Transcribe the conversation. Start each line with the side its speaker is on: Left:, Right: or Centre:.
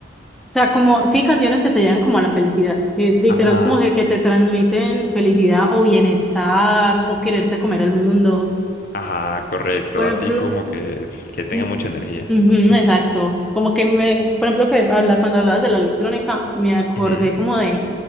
Centre: O sea, como, sí, canciones que te llevan como a la felicidad, que literal
Left: ajá
Centre: como que, que te transmiten felicidad o bienestar o quererte comer el mundo.
Left: Ajá, correcto.
Centre: Por ejemplo,
Left: Así como que, que tenga
Centre: mm,
Left: mucha energía.
Centre: Ujú,
Left: Ujú,
Centre: exacto. Como que me, por ejemplo, que habla, cuando hablabas de la electrónica, me acordé
Left: ujú.
Centre: como de,